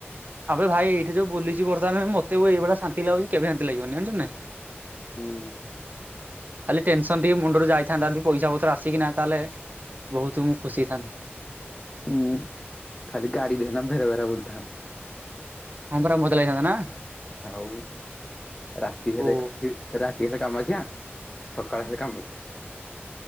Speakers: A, on the right; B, on the left.
A: ଆବେ ଭାଇ ଏଠି ଯୋଉୁଛି ପୋଲିସ ବ୍ରଦିରେ ମତେ ଏଇଭଳି ଶାନ୍ତି ଲାଗୁଛି କେବେ ଶାନ୍ତି ଲାଗିବନି ଜାଣିଛୁନା
B: ହୁଁ
A: ଖାଲି ଟେନସନ ଟିକେ ମୁଣ୍ଡରୁ ଯାଇଥାନ୍ତା ପଇସା ପତ୍ର ଆସିକିନା ତାହେଲେ ବହୁତ ମୁଁ ଖୁସି ହେଇଥାନ୍ତି।
B: ହୁଁ ଖାଲି ଗାଡ଼ିରେନା ଭେରେ ଭେରା ବୁଲୁଥାନ୍ତୁ
A: ହଁ ପରା ମଜାଲାଗିଥାନ୍ତା ନା
B: ଆଉ ରାତି ହେଲେ
A: ଓ
B: କେତେ? ରାତି ହେଲେ କାମାକ୍ଷା ସକାଳ ହେଲେ କାମାକ୍ଷା